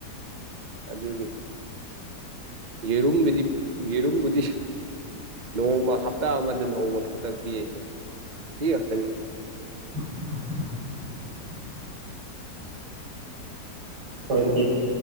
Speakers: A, on the right; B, on the right.
A: ꯑꯗꯨꯒꯤ ꯌꯦꯔꯨꯝꯕꯗꯤ ꯌꯦꯔꯨꯝꯕꯗꯤ ꯅꯣꯡꯃ ꯍꯞꯇꯥ ꯑꯃꯗ ꯅꯣꯡꯃꯗ ꯈꯛꯇ ꯄꯤꯁꯦ ꯁꯤ ꯍꯥꯞꯇꯅꯤ
B: <inaudible> ꯀꯈꯣꯏꯗꯤ ꯄꯤꯅꯤ